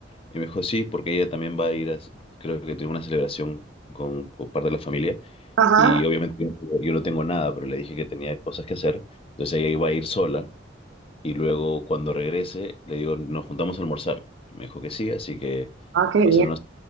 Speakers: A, on the left; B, on the right.
A: Y me dijo, sí, porque ella también va a ir a, creo que tiene una celebración con, con parte de la familia.
B: Ajá.
A: Y obviamente yo, yo no tengo nada, pero le dije que tenía cosas que hacer. Entonces ella iba a ir sola. Y luego cuando regrese, le digo, nos juntamos a almorzar. Me dijo que sí, así que
B: Ah, qué bien.
A: va a ser una...